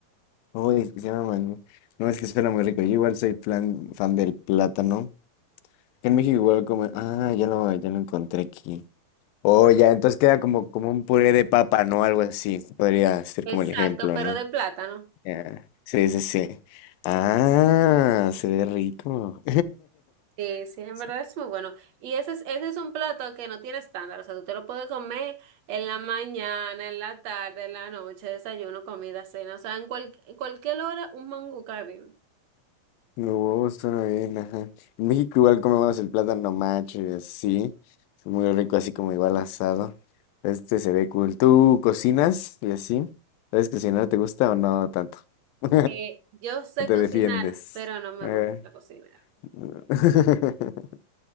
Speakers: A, on the left; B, on the right.
A: uy, se llama mangú. No, es que suena muy rico. Yo igual soy plan- fan del plátano. En México igual como... Ah, ya lo, ya lo encontré aquí. Oh, ya, entonces queda como, como un puré de papa, ¿no? Algo así. Podría ser
B: Exacto,
A: como el ejemplo,
B: pero
A: ¿no?
B: de plátano.
A: Ya. Sí, sí, sí. Ah, se ve rico.
B: Sí,
A: <laughs>
B: sí, en verdad es muy bueno. Y ese es, ese es un plato que no tiene estándar, o sea, tú te lo puedes comer en la mañana, en la tarde, en la noche, desayuno, comida, cena, o sea, en, cual- en cualquier hora un mangú cae bien.
A: No, huevo, suena bien, ajá. En México igual comemos el plátano macho y así. Es muy rico, así como igual asado. Este se ve cool. ¿Tú cocinas y así? ¿Sabes cocinar? ¿Te gusta o no tanto? <laughs> ¿O
B: Eh, yo sé
A: te
B: cocinar,
A: defiendes?
B: pero no me
A: Eh,
B: gusta cocinar.
A: <laughs>